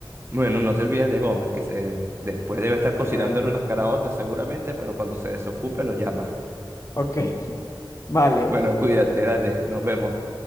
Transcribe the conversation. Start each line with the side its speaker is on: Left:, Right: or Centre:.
Right: Bueno, no te olvides de Gómez, que se, después debe estar cocinándole
Left: Bueno,
Right: unas caraotas seguramente, pero cuando se desocupe lo llamas.
Left: ok, <laughs> vale.
Right: Bueno, cuídate, dale, nos vemos.